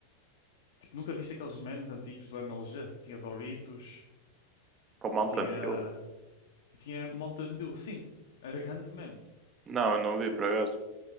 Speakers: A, on the left; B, on the right.
A: Tipo, nunca viste aqueles memes antigos do MLG, que tinha Doritos,
B: com Mountain
A: tinha.
B: Dew?
A: E tinha Mountain Dew, sim, era grande meme.
B: Não, eu não vi por acaso.